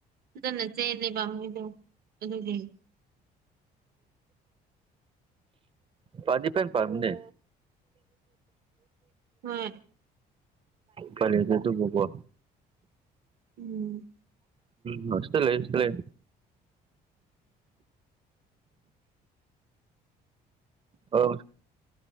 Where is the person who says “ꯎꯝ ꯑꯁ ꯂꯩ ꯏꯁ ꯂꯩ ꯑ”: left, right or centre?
Right